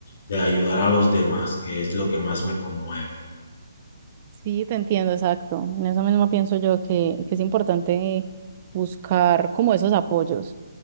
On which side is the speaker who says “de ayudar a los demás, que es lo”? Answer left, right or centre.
Left